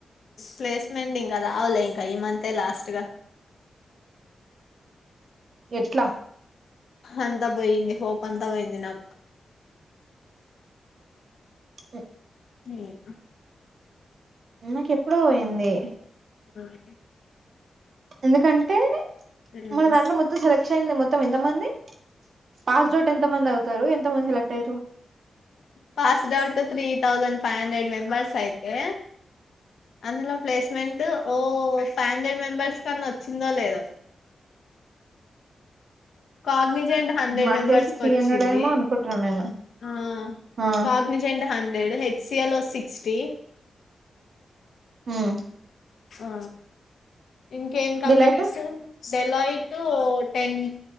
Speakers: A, on the left; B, on the right.
A: ప్లేస్మెంట్ ఇంకా రాదులే ఇంకా ఈ మంతే లాస్టుగా
B: ఎట్లా
A: అంత పోయింది పోతాంటావ్ ఎంది నాకు
B: ఓ
A: <unintelligible>
B: నాకు ఎప్పుడో పోయింది
A: <inaudible>
B: ఎందుకంటే
A: ఉమ్.
B: మన దాంట్లో మొత్తం సెలెక్ షన్ మొత్తం ఎంత మంది పాస్డోట్ ఎంత మంది అవుతారు ఎంత మంది సెలెక్ట్ అయ్యారు
A: passed out three thousand five hundred members ఐతే అందులో ప్లేస్మెంట్ ఓ ఫైవ్ హండ్రెడ్ మెంబర్స్ కన్నా వచ్చిందో లేదో కామి ప్రజెంట్ హండ్రెడ్
B: నాకు
A: మెంబర్స్
B: తెలిసి
A: కి
B: త్రీ
A: వచ్చింది
B: హండ్రెడ్ ఏమో అనుకుంటున్నా నేను
A: అ
B: ఆ
A: కానిజండ <unintelligible> హన్ దేడ్ హెచ్ సి ఎల్ ఓ సిక్స్ టి
B: మ్మ్
A: ఆ ఇంకేం కంపెనీస్
B: డిలైట్
A: సెలైట్ టెన్